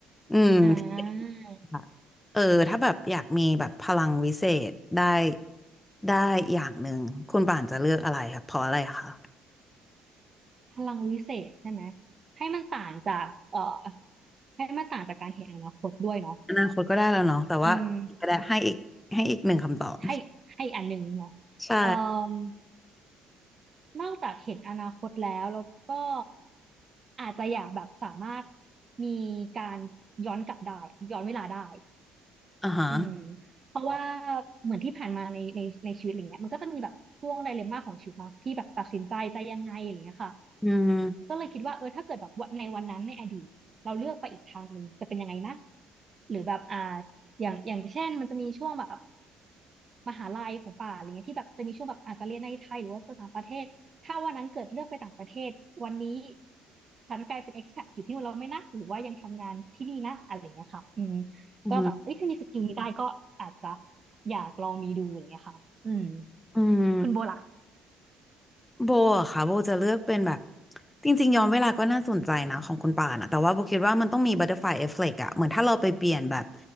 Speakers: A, on the left; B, on the right.
A: อืมที่
B: อ่า
A: แบบเออถ้าแบบอยากมีแบบพลังวิเศษได้ได้อย่างหนึ่งคุณป่านจะเลือกอะไรครับเพราะอะไรคะ
B: พลังวิเศษใช่ไหมให้มันต่างจากเอ่อให้มันต่างจากการเห็นอนาคตด้วยเนาะ
A: อนาคตก็ได้แล้วเนาะแต่ว่าก็ได้ให้อีกให้อีกหนึ่งคำตอบ
B: อืม ให้ให้อันหนึงเนาะ
A: ใช่
B: เอ่มนอกจากเห็นอนาคตแล้วแล้วก็อาจจะอยากแบบสามารถมีการย้อนกลับได้อะย้อนเวลาได้
A: อ่าฮะ
B: อืมเพราะว่าเหมือนที่ผ่านมาในในในชีวิตอะไรเงี้ยมันก็จะมีแบบช่วงไดเลมม่าของชีวิตเนาะที่แบบตัดสินใจจะยังไงอะไรเงี้ยค่ะ
A: อืม
B: ก็เลยคิดว่าเออถ้าเกิดแบบวันในวันนั้นในอดีตเราเลือกไปอีกทางหนึ่งจะเป็นยังไงนะหรือแบบอ่าอย่างอย่างเช่นมันจะมีช่วงแบบ มหาลัยของป่าอะไรเงี้ยที่แบบจะมีช่วงแบบอาจจะเรียนในไทยหรือว่าจะต่างประเทศถ้าวันนั้นเกิดเลือกไปต่างประเทศวันนี้ฉันกลายเป็น expat อยู่ที่นู่นแล้วไหม่นะหรือว่ายังทำงานที่นี่นะอะไรเงี้ยค่ะอืม
A: อืม
B: ก็แบบเอ้ยถ้ามีสกิลนี้ได้ก็อาจจะอยากลองมีดูอะไรเงี้ยค่ะอืม
A: อืม
B: คุณโบล่ะ
A: โบอะค่ะโบจะเลือกเป็นแบบจริงๆย้อนเวลาก็น่าสนใจนะของคุณป่านอะแต่ว่าโบคิดว่ามันต้องมีบัตเตอร์ฟลายเอฟเฟกต์อะเหมือนถ้าเราไปเปลี่ยนแบบ